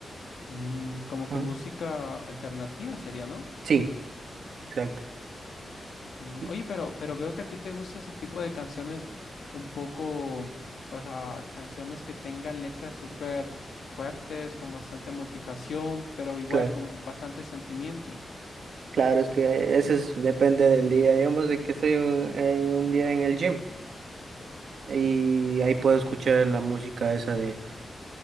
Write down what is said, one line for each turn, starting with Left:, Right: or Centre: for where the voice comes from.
Left: Mm, como
Right: Ajá.
Left: que música alternativa sería, ¿no?
Right: Sí, exacto.
Left: Mm,
Right: Sí,
Left: Oye, pero, pero veo que a ti te gusta ese tipo de canciones un poco, o sea, canciones que tengan letras súper fuertes, con bastante motivación, pero igual
Right: claro.
Left: con bastante sentimiento.
Right: Claro, es que eso es- depende del día. Digamos de que estoy un, en un día en el gym y ahí puedo escuchar la música esa de,